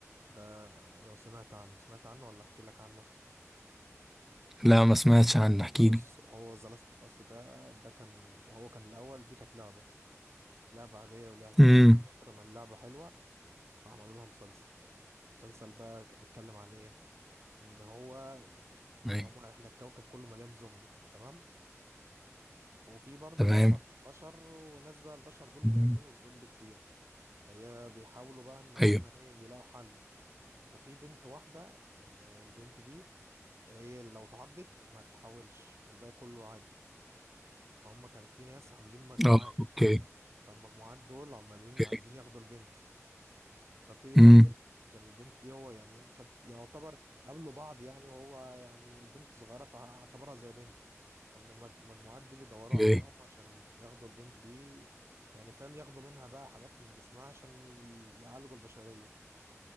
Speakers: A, on the right; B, in the centre.
A: ده لو سمعت عنه سمعت عنه ولا احكي لك عنه
B: لا ما سمعتش عنه احكي
A: بص
B: لي
A: هو ذا لاست اوف اس ده ده كان هو كان الاول دي كانت لعبة كانت لعبة عادية وليها قصة
B: امم
A: من كتر ما اللعبة حلوة فعملوا لها مسلسل مسلسل بقى ك- بيتكلم عن ايه ان هو ان
B: أيوة.
A: هم احنا الكوكب كله مليان زومبي تمام ف- وفي برضه
B: تمام
A: بشر بشر وناس بقى البشر دول
B: مم.
A: قليلين والزومبي كتير فهي بيحاولوا بقى ان هم
B: أيوه
A: ايه يلاقوا حل ففي بنت واحدة يعني البنت دي هي لو تعضت ما تحاولش والباقي كله عادي هم كان في ناس عاملين مجموعات
B: أه أوكي
A: فالمجموعات دول عمالين
B: أوكي
A: عايزين ياخدوا البنت ففي راجل
B: امم
A: كان البنت دي هو يعني كانت يعتبر قابلوا بعض يعني وهو يعني البنت صغيرة فاعتبرها زي بنته فالمجموعات دي بيدوروا
B: أوكي
A: عليهم عشان ياخدوا البنت دي يعني فاهم ياخدوا منها بقى حاجات من جسمها عشان ي- يعالجوا البشرية